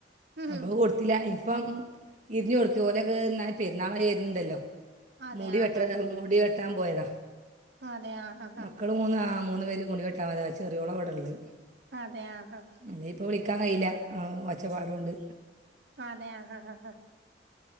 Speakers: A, on the right; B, on the right.
A: ഉം
B: അപ്പൊ കൊടുത്തില്ല ഇപ്പം ഇരിഞ്ഞ് കൊട്ക്കെ ഒലെക്ക ഇന്നായി പെരുന്നാളായി വര്ന്നുണ്ടല്ലോ
A: അതെ
B: മൂടി
A: ആഹാ
B: വെട്ട മൂടി വെട്ടാൻ പോയതാ
A: അതെ ആഹാ
B: മക്കള ആഹ മൂന്ന് പേര് മുടി വെട്ട പോയത ചെറിയോള വിടന്റ്
A: അതെ ആഹാ അഹ
B: അല്ലെ ഇപ്പൊ വിളിക്കാം കയില്ല അഹ ഒച്ചപ്പാട് കൊണ്ട്
A: അതെയ അഹ അഹാ അഹാ